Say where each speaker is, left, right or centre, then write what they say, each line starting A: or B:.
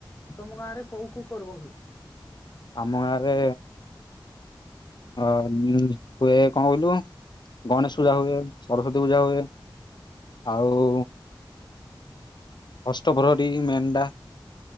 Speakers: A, on the left; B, on the left.
A: ତମ ଗାଁ ରେ କୋଉ କୋଉ ପର୍ବ ହୁଏ
B: ଆମ ଗାଁ ରେ ଅ ହୁଏ କଣ କହିଲୁ ଗଣେଶ
A: ହଁ
B: ପୂଜା ହୁଏ ସରସ୍ଵତୀ ପୂଜା ହୁଏ ଆଉ ଅଷ୍ଟପରହରୀ ମେଣ୍ଢା